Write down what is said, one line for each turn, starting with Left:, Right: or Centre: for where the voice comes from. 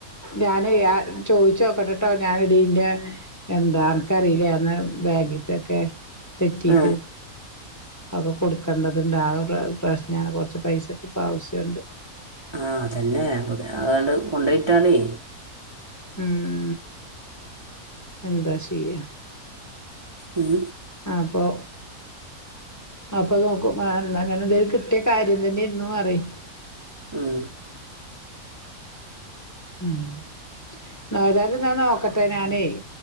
Left: ഞാന് ചോദിച്ചോകെട്ടട്ടോ ഞന് ഇടീന്റെ എന്താ അനക് അറിലന്ന് ബാങ്കിത്തൊക്കെ തെറ്റിട്ട്
Right: ആ
Left: അഒക്കെ കൊടുക്കേണ്ടതുണ്ട് ആ ഒരു പ്രശ്നാണ് കൊറച്ച് പൈസക്കെ ഇപ്പ ആവശ്യംണ്ട്
Right: ആ അതന്നെയ പു അതണ്ട് കൊണ്ടോയിട്ടളേ
Left: ഉം എന്താ ചെയ്യ
Right: ഉം
Left: ആപ്പൊ അപ്പൊ നോക്കും അന്ന് അങ്ങനെ എന്തരു കിട്ടിയ കാര്യം തന്നെ ഇരുന്നു പറയ്
Right: ഉം
Left: ഉം <unintelligible> എന്നാ നോക്കട്ടെ ഞാനേ